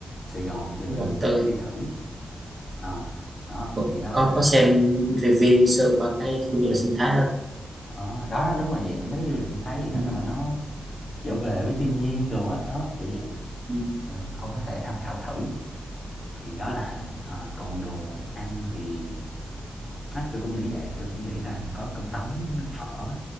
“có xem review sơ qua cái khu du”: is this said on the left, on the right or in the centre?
Right